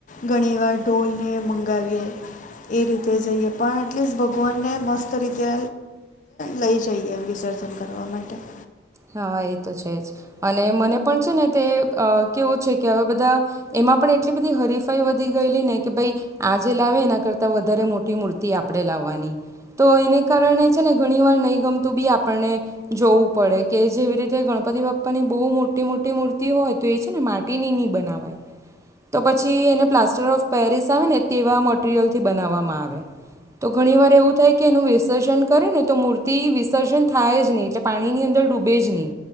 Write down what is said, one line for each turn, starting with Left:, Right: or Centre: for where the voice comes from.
Left: ઘણીવાર ઢોલને મંગાવીએ એ રીતે જઈએ પણ એટલીસ્ટ ભગવાનને મસ્ત રીતે લઈ જઈએ વિસર્જન કરવા માટે
Right: હા એ તો છે જ અને મને પણ છે ને તે કેવું છે કે હવે બધા એમાં પણ એટલી બધી હરીફાઈ વધી ગયેલી ને કે ભાઈ આજે લાવે એના કરતા વધારે મોટી મૂર્તિ આપણે લાવવાની તો એને કારણે છે ને ઘણી વાર નહી ગમતું બી આપણને જોવું પડે. કે જેવી રીતે ગણપતિ બાપ્પાની બહુ મોટી મોટી મૂર્તિ હોય તો એ છે ને માટીની નની બનાવાય તો પછી એને પ્લાસ્ટર ઓફ પેરિસ આવે ને તેવા મટરિયલથી બનાવવામાં આવે તો ઘણી વાર એવું થાય કે એનું વિસર્જન કરે ને તો મૂર્તિ વિસર્જન થાય જ નહીં એટલે પાણીની અંદર ડૂબે જ નહી